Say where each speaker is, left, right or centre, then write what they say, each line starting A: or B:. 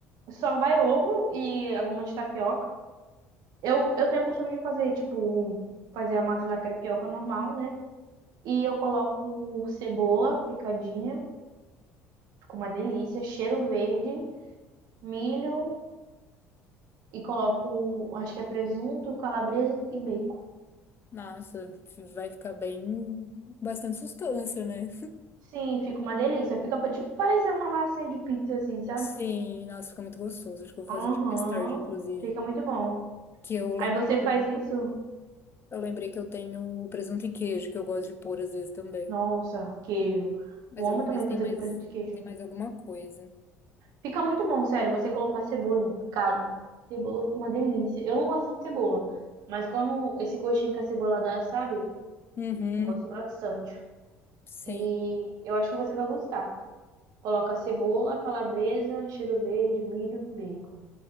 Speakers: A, on the right; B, on the left.
A: só vai ovo e a goma de tapioca. Eu, eu tenho o costume de fazer, tipo, um- fazer a massa da crepioca normal, né? E eu coloco cebola picadinha, fica uma delícia, cheiro verde, milho e coloco, acho que é presunto, calabresa e bacon.
B: Nossa, vai ficar bem, bastante sustância, né?
A: Sim, fica uma delícia. Fica pa- tipo parecendo uma massinha de pizza, assim, sabe?
B: Sim, nossa, fica muito gostoso. Acho que eu vou
A: Aham,
B: fazer hoje mais tarde, inclusive.
A: Fica muito bom.
B: Que eu lembrei,
A: Aí você faz
B: que eu
A: isso.
B: eu lembrei que eu tenho presunto e queijo, que eu gosto de pôr às vezes também.
A: Nossa, queijo.
B: Mas
A: Eu amo
B: eu vou
A: também
B: ver se
A: fazer
B: tem mais,
A: com presunto e queijo.
B: tem mais alguma coisa.
A: Fica muito bom, sério, você colocar cebolinha. Cara, cebola fica uma delícia. Eu não gosto de cebola, mas quando esse gostinho que a cebola dá, sabe?
B: Uhum,
A: Eu gosto bastante.
B: sim.
A: E eu acho que você vai gostar. Coloca cebola, calabresa, cheiro verde, milho, bacon.